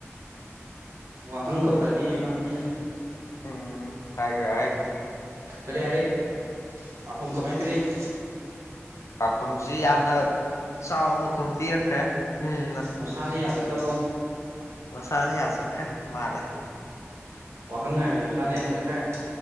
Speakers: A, on the right; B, on the left.
A: ꯋꯥꯍꯪ ꯀꯧꯔꯛꯑꯅꯤ ꯑꯩꯅ
B: ꯎꯝ ꯍꯥꯏ꯭ꯔꯦ ꯍꯥꯏ꯭ꯔꯦ
A: ꯀꯔꯤ ꯍꯥꯏꯔꯦ ꯄꯥꯈꯣ ꯀꯃꯥꯏꯅ ꯄꯤꯔꯛꯏ
B: ꯆꯥꯈꯨꯝꯁꯤ ꯌꯥꯝꯅ ꯆꯥꯎꯅ ꯈꯨꯝ ꯄꯤꯔꯛꯈ꯭ꯔꯦ ꯎꯝꯅ
A: ꯃꯁꯥꯅ ꯌꯥꯖꯗꯕ꯭ꯔꯣ
B: ꯁꯔ ꯌꯥ ꯆ ꯃꯥꯂꯦ
A: ꯋꯥꯍꯪ ꯍꯥꯏꯕꯁꯤꯦ ꯃꯁꯥꯅ ꯆꯠꯈ꯭ꯔꯦ